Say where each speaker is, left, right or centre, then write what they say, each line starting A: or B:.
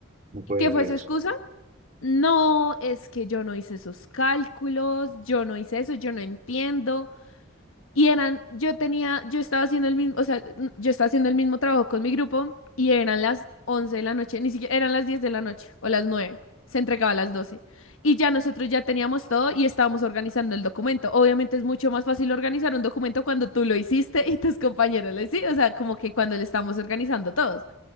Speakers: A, on the right (about 35°); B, on the left (about 75°).
A: no puede
B: ¿Qué
A: ser,
B: fue su excusa? No, es que yo no hice esos cálculos, yo no hice eso, yo no entiendo. Y eran, yo tenía, yo estaba haciendo el mismo, o sea, n- yo estaba haciendo el mismo trabajo con mi grupo y eran las 11 de la noche, ni siquiera eran las 10 de la noche o las 9 se entregaba a las doce Y ya nosotros ya teníamos todo y estábamos organizando el documento. Obviamente es mucho más fácil organizar un documento cuando tú lo hiciste y tus compañeros lo hicieron, o sea, como que cuando le estamos organizando todos.